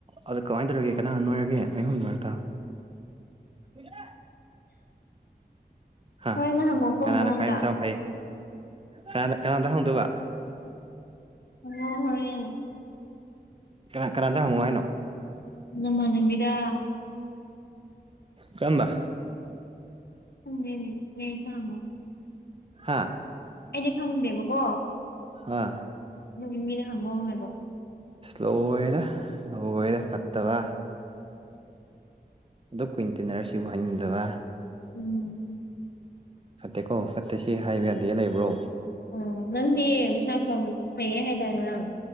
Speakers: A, on the right; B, on the left.
A: ꯑꯣ ꯑꯗꯣ ꯀꯃꯥꯏꯟ ꯇꯧꯔꯒꯦ ꯀꯅꯥꯅ ꯅꯣꯏꯔꯒꯦ ꯅꯣꯢ ꯑꯍꯨꯝꯒꯤ ꯃꯔꯛꯇ <unintelligible> ꯍꯥ
B: ꯍꯣꯔꯦꯟꯅ ꯍꯪꯉꯣꯀꯣ
A: ꯀꯅꯥꯅ
B: ꯃꯉꯣꯟꯗ
A: ꯈ꯭ꯋꯥꯏ ꯃꯁꯥ ꯐꯩ ꯀꯅꯥꯗ ꯀꯅꯥꯗ ꯍꯪꯗꯣꯕ
B: ꯆꯪꯉꯛꯑꯣ ꯍꯣꯔꯦꯟ
A: ꯀꯅꯥ ꯀꯅꯥꯗ ꯍꯪꯉꫭ ꯍꯥꯏꯅꯣ
B: ꯅꯃꯥꯟꯅꯕꯤꯗꯥ
A: ꯀꯔꯝꯕ
B: ꯈꯪꯗꯦꯅꯦ ꯕꯦꯡꯇ ꯍꯪꯉꫭ
A: ꯍꯥꯥ
B: ꯑꯩꯗꯤ ꯈꯪꯗꯦꯕꯀꯣ
A: ꯍꯥ
B: ꯌꯨꯝꯒꯤ ꯃꯤꯗ ꯍꯪꯉꯣ ꯍꯥꯏꯕ
A: ꯂꯣꯏꯔꯦꯗ ꯂꯣꯏꯔꯦꯗ ꯐꯠꯇꯕ ꯑꯗꯨꯛ ꯀꯨꯏꯟ ꯇꯤꯟꯅꯔ ꯁꯤꯕꫭꯛ ꯍꯥꯏꯅꯤꯡꯗꯕ
B: ꯎꯝ
A: ꯐꯠꯇꯦꯀꯣ ꯐꯠꯇꯦ ꯁꯤ ꯍꯥꯏꯕ ꯌꯥꯗꯦ ꯂꯩꯕ꯭ꯔꯣ
B: ꯑꯣ ꯅꯪꯗꯤ ꯃꯁꯥ ꯐꯕ ꯐꯩꯌꯦ ꯍꯥꯏꯗꯥꯏ ꯉꯔꯥꯡ